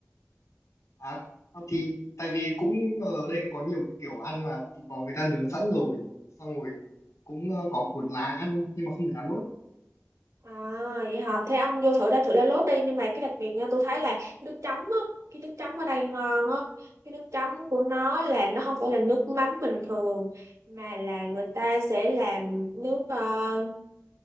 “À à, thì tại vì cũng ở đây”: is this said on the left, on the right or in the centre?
Left